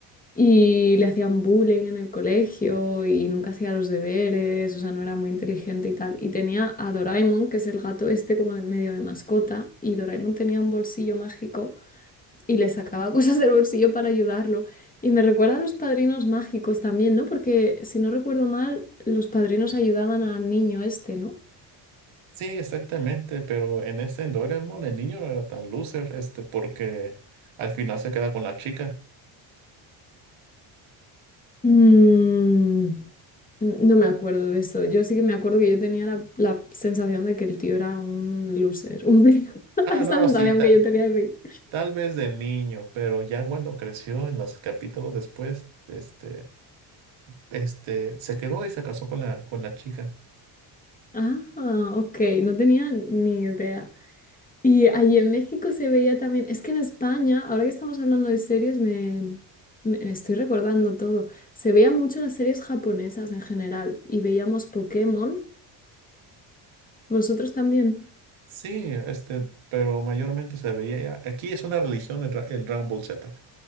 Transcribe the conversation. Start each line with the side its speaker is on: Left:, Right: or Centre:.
Left: Y le hacían bullying en el colegio y nunca hacía los deberes, o sea, no era muy inteligente y tal. Y tenía a Doraemon, que es el gato este como de medio de mascota, y Doraemon tenía un bolsillo mágico y le sacaba <laughs> cosas del bolsillo para ayudarlo. Y me recuerda a los padrinos mágicos también, ¿no? Porque si no recuerdo mal, los padrinos ayudaban al niño este, ¿no?
Right: Sí, exactamente, pero en ese en Doraemon el niño no era tan loser, este, porque al final se queda con la chica.
Left: Mm, no me acuerdo de eso. Yo sí que me acuerdo que yo tenía la, la sensación de que el tío era un loser, un <laughs>
Right: Ah,
Left: Esa
Right: no,
Left: sensación
Right: sí, tal,
Left: que yo tenía de...
Right: tal vez de niño, pero ya cuando creció en los capítulos después, este, este, se quedó y se casó con la, con la chica.
Left: Ah, ok, no tenía ni idea. Y allí en México se veía también, es que en España, ahora que estamos hablando de series, me, me estoy recordando todo. Se veían mucho las series japonesas en general y veíamos Pokémon. ¿Vosotros también?
Right: Sí, este, pero mayormente se veía ya- Aquí es una religión el, Dra- el Dragon Ball Z,